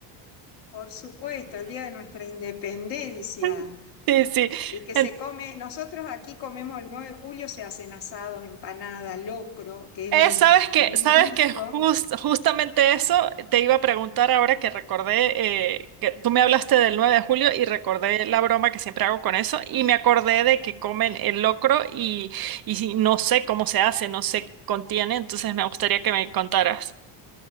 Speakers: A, on the left (about 60°); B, on the right (about 45°).
A: Por supuesto, el día de nuestra independencia.
B: <laughs> Sí, sí.
A: Y que
B: En-
A: se come, nosotros aquí comemos el 9 de julio, se hacen asados, empanada, locro, que es
B: eh,
A: un,
B: sabes que,
A: como un
B: sabes
A: guiso.
B: que jus- justamente eso te iba a preguntar ahora que recordé eh, que tú me hablaste del 9 de julio y recordé la broma que siempre hago con eso y me acordé de que comen el locro y, y si- no sé cómo se hace, no sé qué contiene, entonces me gustaría que me contaras.